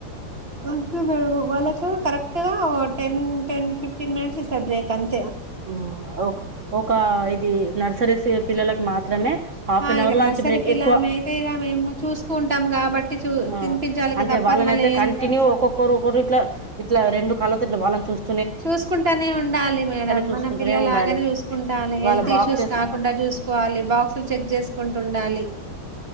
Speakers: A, on the right; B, on the right.
A: అంతే మేడం వాళ్ళకు కరెక్ట్ గా టెన్ టెన్ ఫిఫ్టీన్ మినేట్స్ ఇస్తార్ బ్రేక్ అంత్
B: ఉ ఒక్ ఒక ఇది నర్సరీస్ పిల్లలకు మాత్రమే హాఫ్
A: ఆ,
B: అన్
A: ఇక
B: అవర్ లంచ్
A: నర్సరీ
B: బ్రేక్
A: పిల్లమే
B: ఎక్కువ
A: అయితే ఇక మేము చూసుకుంటాం కాబట్టి చూ
B: ఆ
A: తినిపించాలి
B: అంటే
A: కదా తప్పదు
B: వాళ్ళన్
A: మళ్ళీ
B: అయితే
A: హెల్త్
B: కంటిన్యూ ఒక్కొక్కరు ఒకోరిట్ల ఇట్లా రెండు కళ్ళతో ఇట్లా వాళ్ళన్ చూస్
A: చూస్కుంటానే ఉండాలి మేడం
B: చూసుకుంటూనే
A: మనం పిల్లల్లాగానే
B: ఉండాలి
A: చూస్కుంటాలే హెల్త్
B: వాళ్ళ బాక్సెస్
A: ఇష్యూస్ కాకుండా చూస్కోవాలి బాక్సలు చెక్ చేస్కుంటుండాలి అల్లి